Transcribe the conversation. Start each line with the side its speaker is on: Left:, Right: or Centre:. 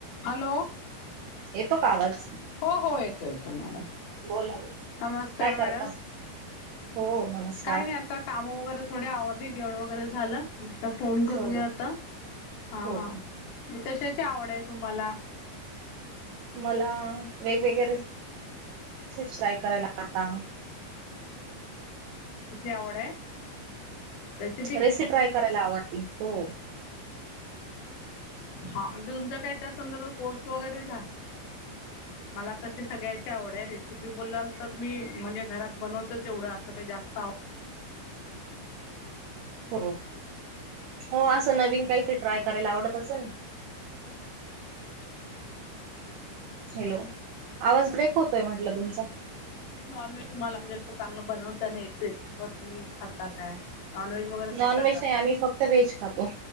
Left: Hello?
Right: येतो का आवाज?
Left: हो हो येतो येतो मॅडम
Right: बोला
Left: नमस्कार
Right: काय
Left: मॅडम
Right: करता हो नमस्कार,
Left: काय नाही आता काम वगैरे थोडे आवडले, जेवण वगैरे झालं. फोन करूया
Right: हो हो
Left: आता हा
Right: हो.
Left: हा,
Right: हो.
Left: कशाची आवड आहे तुम्हाला,
Right: मला वेगवेगळे <unintelligible> रेसिपी ट्राय करायला वाता,
Left: कुटली आवड आहे, रेसिपीज
Right: रेसिपी ट्राय करायला आवडते हो,
Left: हा म्हणजे तुमच्या काही, त्या संदर्भात कोर्स वगैरे झा मला तशी सगळ्याची आवड आहे, रेसिपी बोलाल तर मी म्हणजे घरात बनवत तेवढं असं का जास्त आवड
Right: हो हो असं नवीन काहीतरी ट्राय करायला आवडत, असेल ना. हॅलो आवाज ब्रेक होतोय म्हटलं तुमचा,
Left: नॉनव्हेज तुम्हाला जास्त चांगलं बनवताना येते क तुम्ही खाता काय नॉनव्हेज, वगैरे
Right: नॉन
Left: खाता
Right: व्हेज
Left: का
Right: नाही आम्ही फक्त व्हेज खातो,